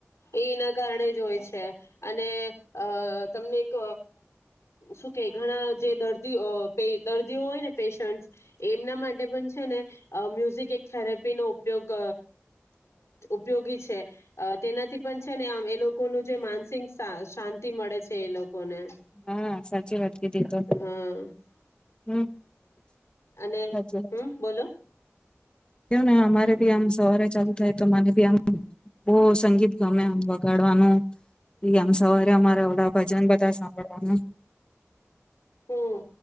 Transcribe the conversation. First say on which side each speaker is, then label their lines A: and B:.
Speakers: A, on the left; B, on the left.
A: એ એના કારણે જ હોય છે. અને અ તમને એક શું કે, ઘણા જે દર્દીઓ દર્દીઓ હોય ને, પેશન્ટ એમના માટે પણ છે ને મ્યુઝિક એક થેરેપીનો ઉપયોગ ઉપયોગી છે. તેનાથી પણ છે ને, આમ, એ લોકોનું જે માનસિક શાંતિ મળે છે, એ લોકોને.
B: હા, સાચી વાત કીધી. તો
A: હા
B: હમ,
A: અને
B: સાચી વાત.
A: હમ બોલો
B: કેવું ને, અમારે ભી આમ સવારે ચાલુ થાય, તો મને બી આમ બહુ સંગીત ગમે, આમ વગાડવાનું આમ સવારે. અમારે ઓડા ભજન, બધા સાંભળવાનું.
A: હમ,